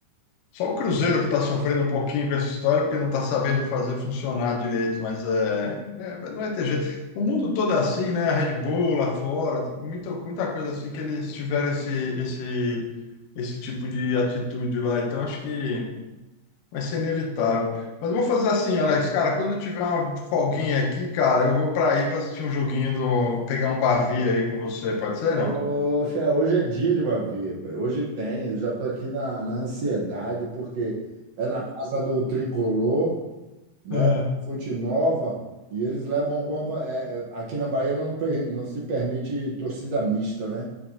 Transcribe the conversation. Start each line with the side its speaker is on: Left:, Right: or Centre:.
Left: Só o Cruzeiro que está sofrendo um pouquinho com essa história, porque não está sabendo fazer funcionar direito, mas é, é, mas não vai ter jeito. O mundo todo é assim, né? A Red Bull lá fora, muita, muita coisa assim que eles tiveram esse, esse, esse tipo de atitude lá. Então, acho que vai ser inevitável. Mas eu vou fazer assim, Alex, cara, quando eu tiver uma folguinha aqui, cara, eu vou para aí para assistir um joguinho do, pegar um bavi aí com você, pode ser,
Right: Poxa,
Left: não?
Right: hoje é dia de Bavia, velho. hoje tem, eu já tô aqui na, na ansiedade, porque é na casa do Tricolor, né?
Left: É,
Right: Fonte Nova, e eles levam alguma. va- é, é, aqui na Bahia não, per- não se permite torcida mista, né?